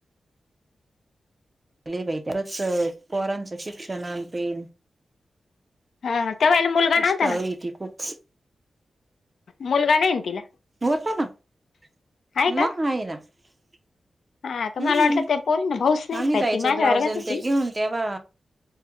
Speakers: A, on the right (about 25°); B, on the left (about 75°).
A: लय बाई त्याच पोरांचं शिक्षण आणि तें.
B: हा त्या बाईला मुलगा
A: कष्टाळू
B: नव्हता ना.
A: येते खूपसं.
B: मुलगा नाहीं ना तिला.
A: होत ना. <unintelligible>
B: आहे का हा का
A: हम्म
B: मला वाटलं त्या पोरी ना भाऊच नाही
A: आम्ही
B: काय
A: जायचो
B: ती माझ्या
A: ब्लाउजन
B: वर्गात होती
A: ते घेऊन. तेव्हा...